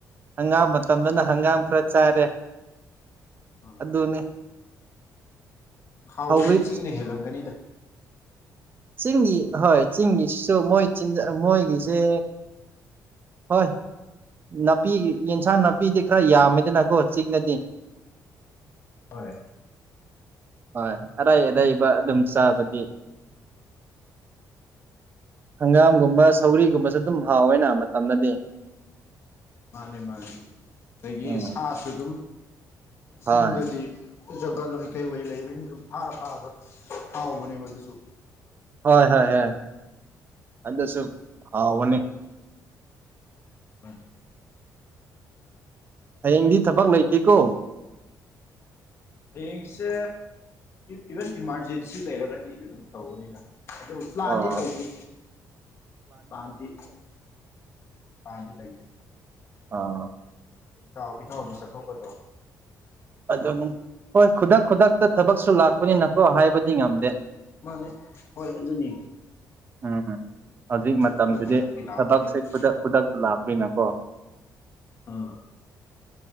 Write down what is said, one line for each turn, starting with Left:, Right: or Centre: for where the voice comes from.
Right: ꯍꯪꯒꯥꯝ ꯃꯇꯝꯗꯅ
Left: ꯑꯥ
Right: ꯍꯪꯒꯥꯝ ꯈꯔ ꯆꯥꯔꯦ
Left: ꯑ
Right: ꯑꯗꯨ ꯑꯗꯨꯅꯦ
Left: ꯍꯥꯎꯕꯗꯤ
Right: ꯍꯧꯒ꯭ꯔꯤ
Left: ꯆꯤꯡꯅ ꯍꯦꯜꯂꯝꯒꯅꯤꯗ
Right: ꯆꯤꯡꯒꯤ ꯍꯣꯏ ꯆꯤꯡꯒꯤꯁꯤꯁꯨ ꯃꯣꯏ ꯆ ꯃꯣꯏꯒꯤꯁꯦ ꯍꯣꯏ ꯅꯥꯄꯤ ꯌꯦꯟꯁꯥꯡ ꯅꯥꯄꯤꯗꯤ ꯈꯔ ꯌꯥꯝꯃꯤꯗꯅꯀꯣ ꯆꯤꯡꯅꯗꯤ
Left: ꯍꯣꯏ
Right: ꯍꯣꯏ ꯑꯔꯩ ꯑꯔꯩꯕ ꯑꯗꯨꯝ ꯆꯥꯕꯗꯤ ꯍꯪꯒꯥꯝꯒꯨꯝꯕ ꯁꯧꯔꯤꯒꯨꯝꯕꯁꯨ ꯑꯗꯨꯝ ꯍꯥꯎꯋꯦꯅ ꯃꯇꯝꯅꯗꯤ
Left: ꯃꯥꯅꯤ ꯃꯥꯅꯤ ꯑꯗꯒꯤ
Right: ꯎꯝ
Left: ꯁꯥꯁꯨ ꯑꯗꯨꯝ
Right: ꯍꯣꯏ
Left: ꯆꯤꯡꯗꯗꯤ ꯖꯪꯒꯜ ꯑꯣꯏ ꯀꯩ ꯋꯥꯩ ꯂꯩꯕꯅꯤ ꯐꯥꯔ ꯐꯥꯔꯁꯨ ꯍꯥꯎꯕꯅꯦꯕ ꯑꯗꯨꯁꯨ
Right: ꯍꯣꯏ ꯍꯣꯏ ꯍꯣꯏ ꯑꯗꯨꯁꯨ ꯍꯥꯎꯕꯅꯤ
Left: ꯃꯥꯅꯦ
Right: ꯍꯌꯦꯡꯗꯤ ꯊꯕꯛ ꯂꯩꯇꯦꯀꯣ
Left: ꯍꯌꯦꯡꯁꯦ ꯏꯚꯟ ꯏꯃꯥꯔꯖꯦꯟꯁꯤ ꯂꯩꯔꯒꯗꯤ ꯑꯗꯨꯝ ꯇꯧꯧꯕꯅꯤꯗ ꯑꯗꯨꯕꯨ ꯄ꯭ꯂꯥꯟꯗꯤ
Right: ꯑꯥ
Left: ꯇꯧꯗꯦ ꯄ꯭ꯂꯥꯟꯗꯤ ꯄ꯭ꯂꯥꯟꯗꯤ ꯂꯩꯇꯦ
Right: ꯑ
Left: ꯏꯇꯥꯎ ꯏꯇꯥꯎꯗꯤ ꯆꯠꯊꯣꯛꯒꯗ꯭ꯔꯣ
Right: ꯑꯗꯨꯅꯤ ꯍꯣꯏ ꯈꯨꯗꯛ ꯈꯨꯗꯛꯇ ꯊꯕꯛꯁꯨ ꯂꯥꯛꯄꯅꯤꯅꯀꯣ ꯍꯥꯏꯕꯗꯤ ꯉꯝꯗꯦ
Left: ꯃꯥꯅꯦ ꯍꯣꯏ ꯑꯗꯨꯅꯤ
Right: ꯎꯝ ꯍꯧꯖꯤꯛ ꯃꯇꯝꯁꯤꯗꯤ
Left: ꯈꯨꯗꯛ ꯈꯨꯗꯛꯀꯤ ꯂꯥꯛꯄꯅꯤꯅ
Right: ꯊꯕꯛꯁꯦ ꯈꯨꯗꯛ ꯈꯨꯗꯛꯇ ꯂꯥꯛꯄꯅꯤꯅꯀꯣ
Left: ꯑꯥ